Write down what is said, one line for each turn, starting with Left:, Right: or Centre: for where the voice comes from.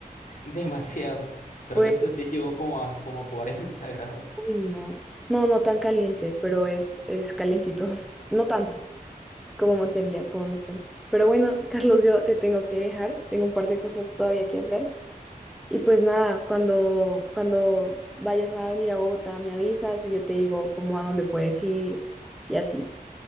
Left: <laughs> Demasiado. Creo
Centre: Pues,
Left: que estos días llegó como a, como a cuarenta <laughs> grados.
Centre: uy, no, no, no tan caliente, pero es, es calientito, <laughs> no tanto como Montería, como me cuentas. Pero bueno, Carlos, yo te tengo que dejar, tengo un par de cosas todavía que hacer. Y pues nada, cuando, cuando vayas a venir a Bogotá, me avisas y yo te digo como a dónde puedes ir y así.